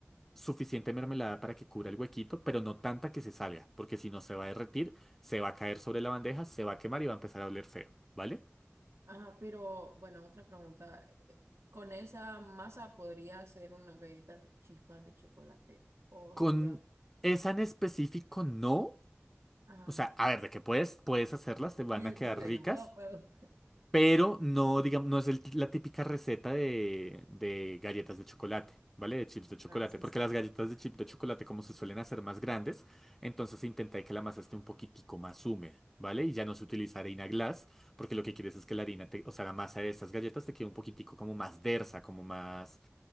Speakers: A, in the centre; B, on the right (about 85°).
A: suficiente mermelada para que cubra el huequito, pero no tanta que se salga, porque si no se va a derretir, se va a caer sobre la bandeja, se va a quemar y va a empezar a oler feo, ¿vale?
B: Ajá, pero bueno, otra pregunta. eh, ¿Con esa masa podría hacer una galleta de chispas de chocolate? ¿O
A: Con
B: sería?
A: esa en específico no,
B: Ajá,
A: o sea, a ver, de que puedes, puedes hacerlas,
B: <laughs>
A: te van
B: sí,
A: a quedar
B: de
A: ricas,
B: que wow, pero-
A: Pero no, digamos, no es el- la típica receta de, de galletas de chocolate, ¿vale? De chips de chocolate,
B: Ah, sí,
A: porque
B: sí.
A: las galletas de chip de chocolate, como se suelen hacer más grandes, entonces se intenta que la masa esté un poquitico más húmeda, ¿vale? Y ya no se utiliza harina glass, porque lo que quieres es que la harina, te- o sea, la masa de estas galletas te quede un poquitico como más densa, como más,